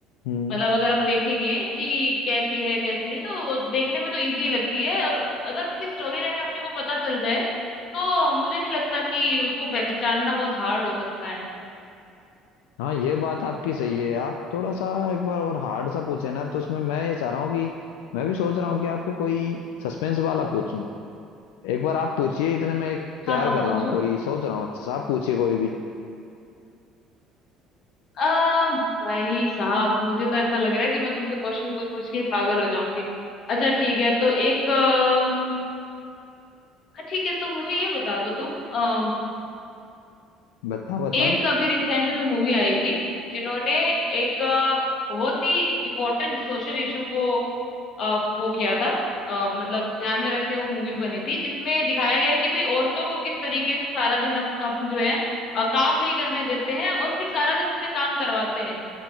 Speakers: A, on the left (about 90°); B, on the left (about 55°).
A: हम्म
B: मतलब अगर हम देखेंगे कि कैसी है कैसी नहीं तो देखने में तो इजी लगती है और अगर उनकी स्टोरी लाइन अपने को पता चल जाए तो मुझे नहीं लगता कि उसको पहचानना बहुत हार्ड हो सकता है
A: हाँ ये बात आपकी सही है आप थोड़ा सा एक बार और हार्ड सा पूछे ना तो उसमें मैं ये चाह रहा हूँ कि मैं भी सोच रहा हूँ कि आपके कोई सस्पेंस वाला पूछूं एक बार आप पूछिए इतने में एक तैयार
B: हाँ हाँ
A: कर
B: पूछो
A: रहा हूँ कोई सोच रहा हूँ अच्छा सा आप पूछिए कोई भी
B: आ, भाई साहब मुझे तो ऐसा लग रहा है कि मैं तुमसे क्वेश्चन पूछ पूछ के ही पागल हो जाऊंगी अच्छा ठीक है तो एक अम, अ, ठीक है तो मुझे ये बता दो तुम अम,
A: बताओ बताओ
B: एक अभी रिसेंट में मूवी आई थी जिन्होंने एक अ, बहुत ही इम्पोर्टेंट सोशल इशू को अ, वो किया था अ, मतलब ध्यान में रखते हुए वो मूवी बनी थी जिसमें दिखाया गया है कि भाई औरतों को किस तरीके से सारा दिन अप, अप जो है अ, काम नहीं करने देते हैं और फिर सारा दिन उनसे काम करवाते हैं